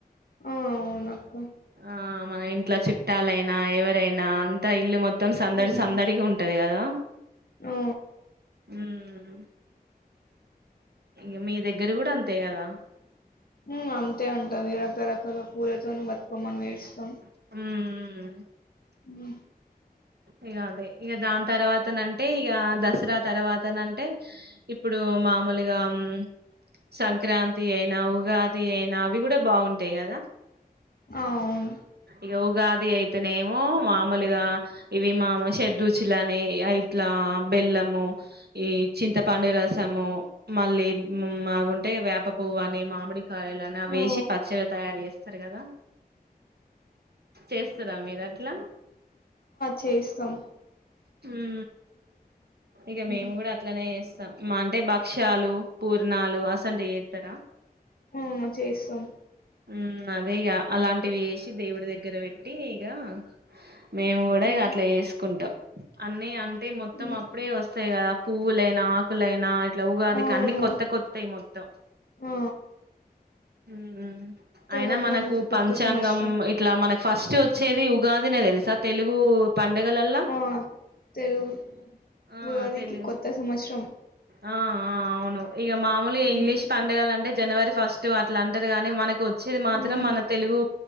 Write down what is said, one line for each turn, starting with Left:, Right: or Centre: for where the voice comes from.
Left: ఆ అవును అక్క.
Right: ఆ మన ఇంట్లో చుట్టాలైనా ఎవరైనా అం త ఇల్లు మొత్తం సందడి
Left: ఉమ్,
Right: సందడిగ ఉంటది గదా.
Left: ఆ,
Right: ఉమ్ ఇగ మీ దగ్గర గూడా అంతే గదా.
Left: ఊ అంతే ఉంటది రకరకాల పూలతోని బతుకమ్మని పేరుస్తం.
Right: హ్మూ
Left: ఊ
Right: ఇగ అదే. ఇగ దాన్ తర్వాతనంటే ఇగా దసరా తర్వాతనంటే, ఇప్పుడూ మామూలుగా ఉమ్ సంక్రాంతి అయినా, ఉగాది అయినా అవి గూడ బాగుంటయి గదా.
Left: ఆ అవును.
Right: ఇగ ఉగాది అయితెనేమో మామూలుగా ఇవి మాము షడ్ రుచులనీ ఇట్లా బెల్లము, ఈ చింతపండురసమూ, మళ్ళీ మా అవి ఉంటయి వేప పువ్వు అని, మామిడి కాయలని అవేశి
Left: ఆ,
Right: పచ్చడ తయారు చేస్తరు గదా. చేస్తరా మీరు అట్లా.
Left: చేస్తం.
Right: హ్మూ ఇగ మేము
Left: ఉమ్,
Right: గూడా అట్లనే చేస్ స్తం. మా అంటే భక్ష్యాలు, పూర్ణాలు అసంటియి చేస్తరా.
Left: ఊ చేస్ స్తం
Right: ఉమ్ అదే ఇగా. అలాంటివి చేశి దేవుడి దగ్గర పెట్టీ ఇగా మేము గూడా
Left: ఉమ్,
Right: ఇగ అట్ల చేసుకుంటం. అన్నీ అంత్ అంటే మొత్తం
Left: ఉమ్,
Right: అప్పుడే వస్తాయి కదా పూవులైనా ఆకులైనా ఉగాదికి
Left: అవును
Right: అన్ని కొత్త కొత్తాయి మొత్తం
Left: ఆ
Right: ఉమ్
Left: తెలంగాణకి
Right: అయినా మనకు
Left: కొత్త
Right: పంచాంగం
Left: సంవత్సరం
Right: ఇట్లా మనకు ఫస్ట్ వచ్చేది ఉగాదినే తెలుసా తెలుగు పండుగలల్లా
Left: ఆ తెలుగు
Right: ఆ
Left: ఉగాదికి
Right: తెలుగు
Left: కొత్త సంవత్సరం
Right: ఆ ఆ అవును ఇక మామూలుగా
Left: ఉమ్,
Right: ఇంగ్లీష్ పండుగల అంటే జనవరి ఫస్ట్ వన్ ఇట్లా అంటారు గాని మనకి వచ్చేది మాత్రం
Left: ఉమ్,
Right: మన తెలుగు